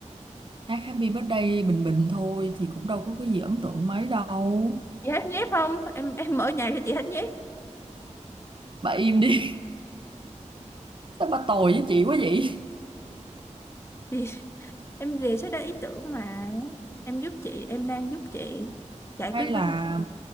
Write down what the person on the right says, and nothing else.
Hát Happy Birthday bình bình thôi Thì cũng đâu có cái gì ấn tượng mấy đâu
Bà im đi <laughs> Sao bà tồi với chị quá vậy
hay
là